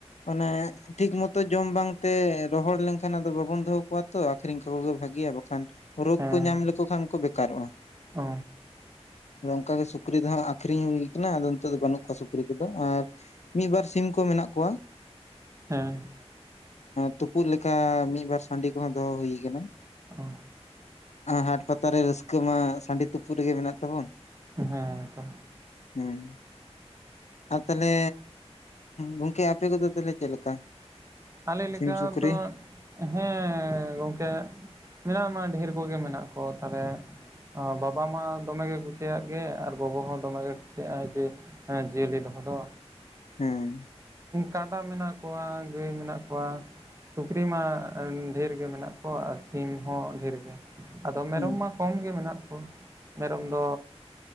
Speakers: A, on the left (about 80°); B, on the right (about 25°).
A: ᱚᱱᱮᱻ ᱴᱷᱤᱠ ᱢᱚᱛᱚ ᱡᱚᱢ ᱵᱟᱝᱛᱮ ᱨᱚᱦᱚᱲ ᱞᱮᱱᱠᱷᱟᱱ ᱵᱟᱵᱚᱱ ᱫᱚᱦᱚ ᱠᱚᱣᱟ ᱛᱚ ᱟᱠᱷᱨᱤᱧ ᱠᱚᱜᱮ ᱵᱷᱟᱜᱮᱭᱟ ᱵᱟᱠᱷᱟᱱ ᱨᱳᱜᱽ
B: ᱦᱮᱸ
A: ᱠᱚ ᱧᱟᱢ ᱞᱮᱠᱚ ᱠᱷᱟᱱ ᱠᱚ ᱵᱮᱠᱟᱨᱚᱜᱼᱟ
B: ᱚ
A: ᱚᱱᱠᱟᱜᱮ ᱥᱩᱠᱨᱤ ᱫᱚ ᱦᱟᱸᱜ ᱟᱠᱷᱨᱤᱧ ᱦᱩᱭ ᱠᱟᱱᱟ ᱟᱫᱚ ᱱᱤᱛᱚᱜ ᱫᱚ ᱵᱟᱹᱱᱩᱜ ᱠᱚᱣᱟ ᱥᱩᱠᱨᱤ ᱠᱚᱫᱚ ᱟᱨ ᱢᱤᱫ ᱵᱟᱨ ᱥᱤᱢ ᱠᱚ ᱢᱮᱱᱟᱜ ᱠᱚᱣᱟ
B: ᱦᱮᱸ
A: ᱛᱩᱯᱩᱜ ᱞᱮᱠᱟ ᱢᱤᱫᱵᱟᱨ ᱥᱟᱺᱰᱤ ᱫᱚᱦᱚ ᱦᱩᱭ ᱟᱠᱟᱱᱟ
B: ᱚ
A: ᱦᱟᱴ ᱯᱟᱛᱟᱨ ᱨᱮ ᱨᱟᱹᱥᱠᱟᱹ ᱢᱟ ᱥᱟᱺᱰᱤ ᱛᱩᱯᱩᱫ ᱨᱮᱜᱮ ᱢᱮᱱᱟᱜ ᱛᱟᱵᱚᱱ
B: ᱦᱮᱸ ᱛᱚ
A: ᱦᱮᱸ ᱟᱨ ᱛᱟᱦᱚᱞᱮ ᱜᱚᱢᱠᱮ ᱟᱯᱮ ᱠᱚᱫᱚ ᱛᱟᱦᱞᱮ ᱪᱮᱫ ᱞᱮᱠᱟ
B: ᱟᱞᱮ ᱞᱮᱠᱟ
A: ᱥᱤᱢ ᱥᱩᱠᱨᱤ
B: ᱛᱦᱮᱸ ᱜᱚᱝᱠᱮ ᱢᱮᱱᱟᱜ ᱢᱟ ᱰᱷᱮᱨ ᱠᱚᱜᱮ ᱢᱮᱱᱟᱜ ᱠᱚ ᱛᱟᱞᱦᱮ ᱵᱟᱵᱟ ᱢᱟ ᱫᱚᱢᱮ ᱜᱮ ᱠᱩᱥᱤᱭᱟᱜ ᱜᱮ ᱟᱨ ᱜᱚᱜᱚ ᱦᱚᱸ ᱫᱚᱢᱮ ᱜᱮ ᱠᱩᱥᱤᱭᱟᱜᱟᱭ ᱡᱮ ᱡᱤᱭᱟᱹᱞᱤ ᱫᱚᱦᱚ ᱫᱚ
A: ᱦᱮᱸ
B: ᱠᱟᱰᱟ ᱢᱮᱱᱟᱜ ᱠᱚᱣᱟ ᱜᱟᱹᱭ ᱢᱮᱱᱟᱜ ᱠᱚᱣᱟ ᱥᱩᱠᱨᱤ ᱢᱟ ᱰᱷᱮᱨ ᱜᱮ ᱢᱮᱱᱟᱜ ᱠᱚᱣᱟ ᱟᱨ ᱥᱤᱢ ᱦᱚᱸ ᱰᱷᱮᱨ ᱜᱮ ᱟᱫᱚ ᱢᱮᱨᱚᱢ
A: ᱦᱮᱸ
B: ᱢᱟ ᱠᱚᱢ ᱜᱮ ᱢᱮᱱᱟᱜ ᱠᱚᱣᱟ ᱢᱮᱨᱚᱢ ᱫᱚ